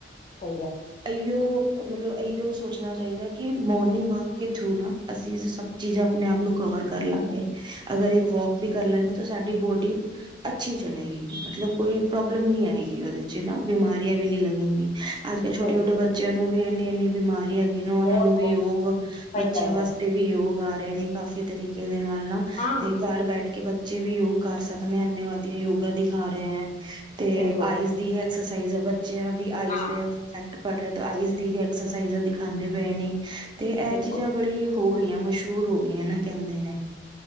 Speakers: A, on the left (about 40°); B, on the right (about 25°).
A: ਸਹੀ ਗੱਲ
B: ਇਉ ਮਤਲਬ ਇਉ ਸੋਚਣਾ ਚਾਹੀਦਾ ਕਿ, ਮੋਰਨਿੰਗ ਵਾਕ ਕੇ ਥਰੂ ਨਾ ਅਸੀਂ ਸਭ ਚੀਜ਼ ਆਪਣੇ ਆਪ ਨੂੰ ਕਵਰ ਕਰ ਲਾਂਗੇ। ਅਗਰ ਇੱਕ ਵੋਕ ਵੀ ਕਰ ਲੈਗਾ ਤਾਂ ਸਾਡੀ ਬੋਡੀ ਅੱਛੀ ਚਲੇਗੀ, ਮਤਲਬ ਕੋਈ ਪ੍ਰੋਬਲਮ ਨ ਆਏਗੀ ਉਹਦੇ ਚ ਨਾ ਬਿਮਾਰੀਆਂ ਵੀ ਨਹੀਂ ਲਗੇਗੀ ਅੱਜ ਕੱਲ ਛੋਟੇ
A: ਸਹੀ
B: ਛੋੇ
A: ਗੱਲ
B: ਬੱਚਿਆਂ ਨੂੰ ਨੂੰ ਵੀ ਇੰਨੀ ਇੰਨੀ ਬਿਮਾਰੀਆਂ ਨਾ ਉਹਨਾਂ
A: ਬਹੁਤ
B: ਨੂੰ ਵੀ
A: ਬਹੁਤ
B: ਯੋਗ
A: ਸਹੀ
B: ਬੱਚਿਆਂ
A: ਗੱਲ
B: ਵਾਸਤੇ
A: ਹੈ
B: ਵੀ ਯੋਗ ਆ ਨੇ ਕਾਫੀ ਤਰੀਕੇ ਦੇ ਨਾਲ
A: ਹਾਂ
B: ਤੇ ਘਰ ਬੈਠ ਕੇ ਬ ਬੱਚੇ ਵੀ ਯੋਗ ਕਰ ਸਕਦੇ ਇੰਨੇ ਵਾਧੀਆਂ ਯੋਗਾ ਦਿਖਾ ਰਹੇ ਹੈ। ਤੇ
A: ਬਿਲਕੁਲ
B: ਆਈਸ ਦੀ ਐਕਸਜ਼ ਬੱ ਬੱਚਿਆਂ ਦੀ ਆਈਸ
A: ਹਾਂ
B: ਇਫੈਕਟ ਪੜ੍ਹ ਰਹੇ, ਆਈਜ਼ ਦੀ ਐਕਸਰਸਾਈਜ਼ ਦਿਖਾਂਦੇ ਪਏ ਨੇ, ਅਤੇ ਇਹ
A: ਬਿਲਕੁਲ
B: ਚੀਜ਼ਾਂ ਬੜੀ ਹੋ ਗਈਆਂ ਮਸ਼ਹੂਰ ਹੋ ਗਈਆਂ ਨਾ ਕਹਿੰਦੇ ਨੇ